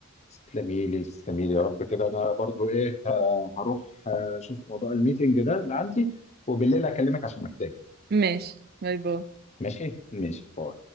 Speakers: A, on the left; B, on the right.
A: تسلمي لي تسلمي لي يا رب كده انا برضو ايه آه، هروح آه، اشوف موضوع الميتنج ده اللي عندي وبالليل اكلمك عشان محتاج
B: ماشي باي باي
A: ماشي ماشي باي